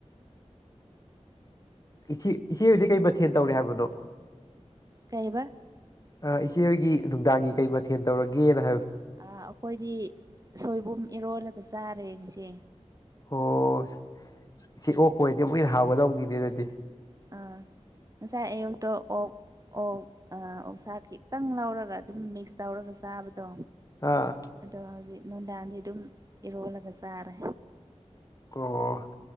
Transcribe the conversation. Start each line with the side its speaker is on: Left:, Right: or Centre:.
Left: ꯏꯆꯦ ꯏꯆꯦꯗꯨꯗꯤ ꯀꯩ ꯃꯊꯦꯜ ꯇꯧꯔꯦ ꯍꯥꯏꯕꯅꯣ
Right: ꯀꯩꯕ
Left: ꯑ ꯏꯆꯦꯍꯣꯏꯒꯤ ꯅꯨꯡꯗꯥꯡꯒꯤ ꯀꯩ ꯃꯊꯦꯜ ꯇꯧꯔꯒꯦꯅ ꯍꯥꯏꯕ
Right: ꯑꯩꯈꯣꯏꯗꯤ ꯁꯣꯏꯕꯨꯝ ꯏꯔꯣꯜꯂꯒ ꯆꯥꯔꯦꯁꯦ
Left: ꯑꯣ ꯁꯤ ꯑꯣ ꯀꯣꯏꯗꯤꯦ ꯃꯨꯏꯅ ꯍꯥꯎꯒꯗꯧꯒꯤꯅꯦꯅꯗꯤ
Right: ꯑꯥ ꯉꯁꯥꯏ ꯑꯌꯨꯛꯇ ꯑꯣ ꯑꯣ ꯑ ꯑꯣ ꯁꯥꯥ ꯈꯤꯇꯪ ꯂꯧꯔꯒ ꯑꯗꯨꯝ ꯃꯤꯛꯁ ꯇꯧꯔꯒ ꯆꯥꯕꯗꯣ
Left: ꯑꯥ
Right: ꯑꯗꯣ ꯍꯧꯖꯤꯛ ꯅꯨꯡꯗꯥꯗꯤ ꯑꯗꯨꯝ ꯏꯔꯣꯜꯂꯒ ꯆꯥꯔꯦ
Left: ꯑꯣ